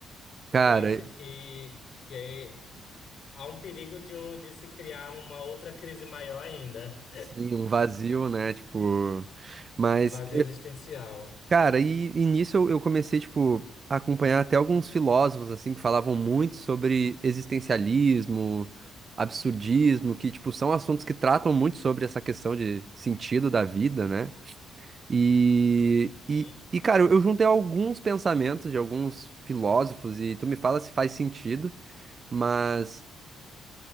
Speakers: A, on the right; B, on the left.
A: Cara,
B: Eu acho que, que é- há um perigo de, um, de se criar uma outra crise maior ainda,
A: sim, um vazio, né? Tipo, mas
B: um vazio existencial.
A: Cara, e, e nisso eu, eu comecei, tipo, a acompanhar até alguns filósofos, assim, que falavam muito sobre existencialismo, absurdismo, que, tipo, são assuntos que tratam muito sobre essa questão de sentido da vida, né? E,
B: Uhum.
A: e, e cara, eu juntei alguns pensamentos de alguns filósofos, e tu me fala se faz sentido, mas